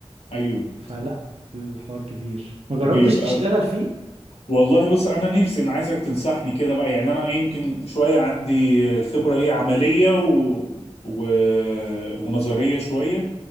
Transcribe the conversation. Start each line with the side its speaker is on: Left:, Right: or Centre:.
Left: ايوه
Right: فلا الحوار كبير ما جربتش
Left: بيبقى
Right: تشتغل فيه؟
Left: والله بص انا نفسي انا عايزك تنصحني كده بقى يعني انا ايه يمكن شوية عندي خبرة ايه عملية و... و... ونظرية شوية